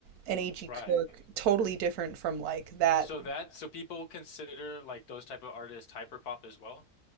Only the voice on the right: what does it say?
and A.G.
Cook, totally different from like that.